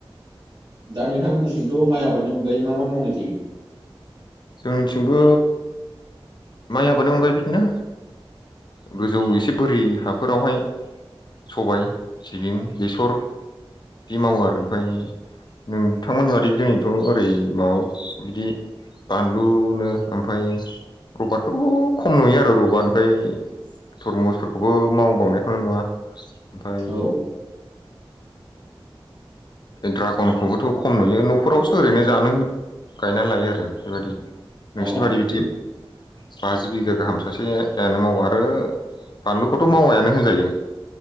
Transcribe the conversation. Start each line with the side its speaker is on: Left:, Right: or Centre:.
Right: दा नोंथांमोननिसिमथ' माइ आबादनि अनगायै मा मा मावनाय जायो?
Left: जोंथिंबो माइ आबादनि अनगायै बिदिनो गोजौ एसे बोरि हाफोरावहाय सबाय सिबिं बेसर दि मावो आरो ओमफाय नोंथांमोननि बादि जोंनिथ' ओरै माबा बिदि बानलुनो ओमफाय रबार फोरखौ खम नुयो आरो रबार ओमफ्राय थरमुसफोरखौबो मावबांनायखौनो नुवा ओमफाय
Right: औ
Left: ओ ड्रागनखौबोथ' खम नुयो न'फोरावसो ओरैनो जानो गायनानै लायो आरो बेबायदि नोंसिनि
Right: अ
Left: बादि बिदि बाजि बिगा गाहाम सासेयानो मावा आरो बानलुखौथ' मावायानो होनजायो